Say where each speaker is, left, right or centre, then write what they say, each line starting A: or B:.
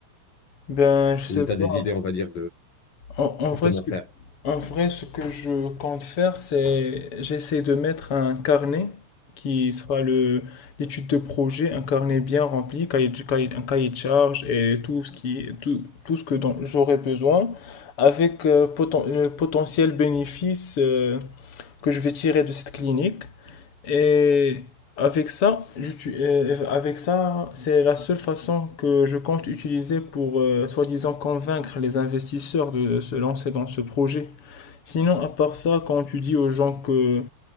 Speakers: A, on the left (about 30°); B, on the left (about 50°).
A: Ben, je sais
B: ou t'as des
A: pas.
B: idées, on va dire
A: En, en
B: Et
A: vrai,
B: comment
A: ce que,
B: faire?
A: en vrai, ce que je compte faire, c'est j'essaie de mettre un carnet qui sera le l'étude de projet, un carnet bien rempli, cahier de- cahier- un cahier de charge et tout ce qui tout, tout ce que dont j'aurai besoin, avec euh, poten- le potentiel bénéfice euh, que je vais tirer de cette clinique. Et avec ça, j'utu- euh, avec ça, c'est la seule façon que je compte utiliser pour euh, soi-disant convaincre les investisseurs de se lancer dans ce projet. Sinon, à part ça, quand tu dis aux gens que